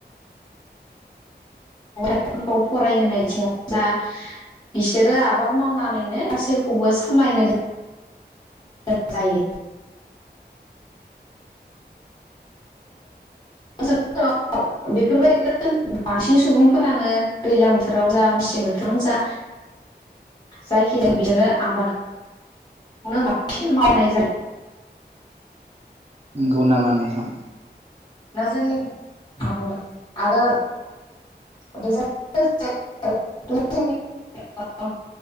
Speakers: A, on the left; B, on the right.
A: <unintelligible> थाइफोरखौ फरायहोनायथिङाव दा बिसोरो आबाद मावनानैनो गासैखौबो सामायनो <unintelligible> जायो ओनसोलफोराव बेफोरबायदिनो बांसिन सुबुंफोरानो दैजलां बोथोरावनो जा मेसें बोथोरावनो जा जायखि जाया बिसोरो आबादनो बांसिन मावनाय जायो
B: नंगौ नामा नोंथां
A: ना जोंनि <unintelligible> आरो बेजों <unintelligible>